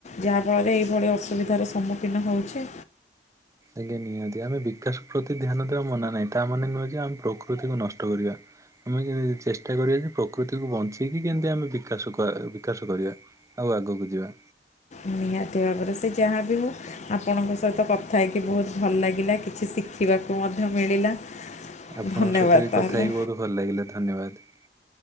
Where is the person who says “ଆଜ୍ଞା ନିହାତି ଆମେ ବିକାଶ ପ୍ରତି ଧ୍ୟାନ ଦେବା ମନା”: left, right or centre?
Right